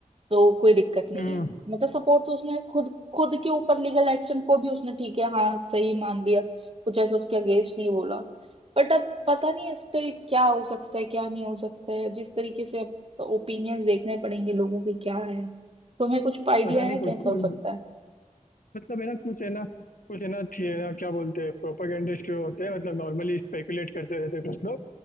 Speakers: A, on the right; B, on the left.
A: तो कोई दिक्कत नहीं
B: हम्म
A: है मतलब सपोर्ट तो उसने खुद खुद के ऊपर लीगल एक्शन को भी उसने ठीक है हाँ सही मान लिया कुछ ऐसा उसके अगेंस्ट नहीं बोला बट अब पता नहीं इस पे क्या हो सकता है क्या नहीं हो सकता है जिस तरीके से अब ओपिनियंस देखने पड़ेंगे लोगों के क्या है तुम्हें कुछ आइडिया
B: पता नहीं
A: है
B: कुछ
A: कैसा हो सकता है
B: मतलब है ना कुछ है ना कुछ है ना थी है ना क्या बोलते हैं प्रोपागेंडिस्ट जो होते हैं मतलब नॉर्मली स्पेकुलेट करते रहते हैं कुछ लोग